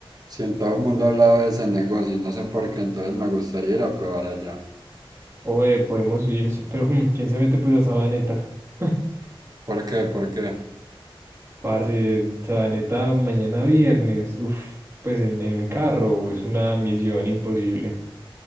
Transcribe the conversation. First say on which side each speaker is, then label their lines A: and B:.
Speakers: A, on the right; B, on the right.
A: Sí, todo el mundo hablaba de ese negocio y no sé por qué, entonces me gustaría ir a probar allá.
B: Oye, podemos ir, s- pero mm, ¿quién se mete pues a Sabaneta? <laughs>
A: ¿Por qué? ¿Por qué?
B: Parce, Sabaneta mañana viernes, Uf, pues en, en carro, es una misión imposible.